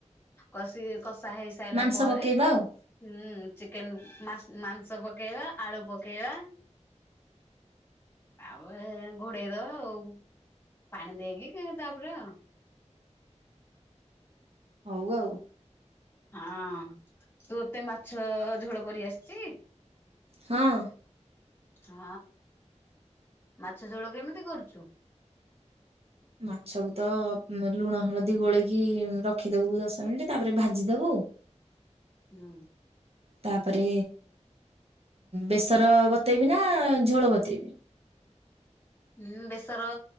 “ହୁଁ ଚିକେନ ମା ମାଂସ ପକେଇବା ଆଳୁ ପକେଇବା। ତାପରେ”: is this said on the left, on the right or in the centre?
Left